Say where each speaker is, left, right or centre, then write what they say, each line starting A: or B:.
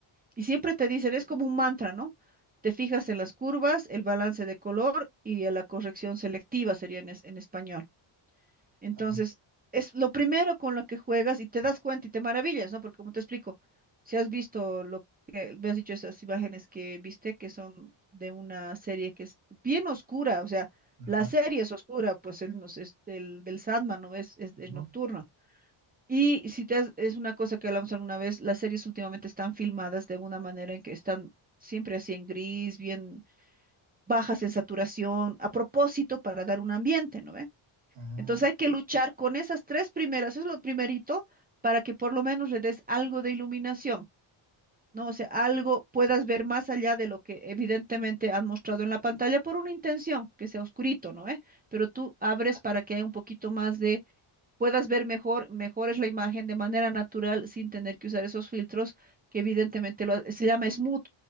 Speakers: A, on the right; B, on the right.
A: Y siempre te dicen, es como un mantra, ¿no? Te fijas en las curvas, el balance de color y en la corrección selectiva sería en, es- en español. Entonces,
B: Ajá,
A: es lo primero con lo que juegas y te das cuenta y te maravillas, ¿no? Porque como te explico, si has visto lo que, me has dicho esas imágenes que viste, que son de una serie que es bien oscura, o sea,
B: ajá,
A: la serie es oscura, pues el, nos- es del, del Sandman, ¿no? Es, es,
B: ujú,
A: es nocturna. Y si te has- es una cosa que hablamos alguna vez, las series últimamente están filmadas de una manera en que están siempre así en gris, bien bajas en saturación, a propósito para dar un ambiente, ¿no ve?
B: ah,
A: Entonces hay que luchar con esas tres primeras, eso es lo primerito, para que por lo menos le des algo de iluminación, ¿no? O sea, algo puedas ver más allá de lo que evidentemente han mostrado en la pantalla por una intención, que sea oscurito, ¿no? ¿Eh? Pero tú abres para que haya un poquito más de, puedas ver mejor, mejores la imagen de manera natural sin tener que usar esos filtros que evidentemente lo, ha- se llama smooth,